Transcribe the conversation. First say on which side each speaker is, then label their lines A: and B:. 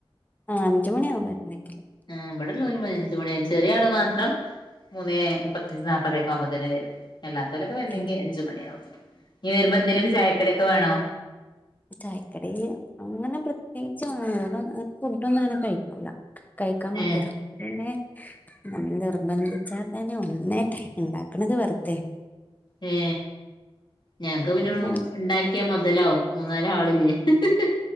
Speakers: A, on the left (about 15°); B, on the left (about 50°).
A: ആ അഞ്ച് മണിയാകും വരുന്നെങ്കിൽ.
B: ആ ഇവിടള്ളൊരു പ അഞ്ച് മണി ചെറിയാള് മാത്രം മൂന്നേ മുപ്പത്തഞ്ച് നാല്പ്പത ഒക്കെ ആകുമ്പോത്തിന് വരും. എല്ലാത്തവലൊക്കെ വരണെങ്കിൽ
A: ഉം
B: അഞ്ച് മണിയാവും. ഇനി വരുമ്പോ എന്തേലും ചായക്കടൊക്കെ വേണോ?
A: ചായക്കടി അങ്ങനെ പ്രത്യേകിച്ച് കാണ്പോ, ഫുഡ് ഒന്നും അങ്ങനെ കഴിക്കൂല. കഴിക്കാൻ മടിയാ
B: ഏഹ്
A: പിന്നെ നമ്മൾ നിർബന്ധിച്ചാൽ തന്നെ ഒന്നായിട്ടെ ഉണ്ടാക്കണത് വെറുതെ
B: ഏ ഞങ്ങക്ക് പിന്നെ
A: അങ്ങനെ
B: ഉണ്ടാക്കിയാ മുതലാവും മൂ ന്നാല ആളില്ലേ ഹ് ഹ്